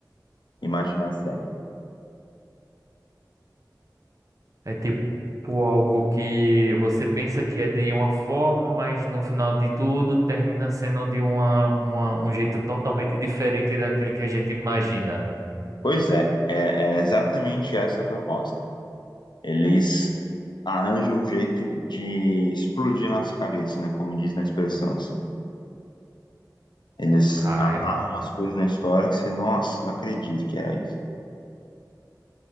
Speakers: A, on the left; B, on the right.
A: imaginar a série.
B: É tipo algo que você pensa que é de uma forma, mas no final de tudo termina sendo de uma, uma- um jeito totalmente diferente daquilo que a gente imagina.
A: Pois é, é, é exatamente essa a proposta. Eles arranjam um jeito de explodir nossa cabeça, né? Como diz na expressão, assim. Eles
B: Ah,
A: amarram
B: é ma
A: umas coisas na história que você, nossa, não acredito que era isso.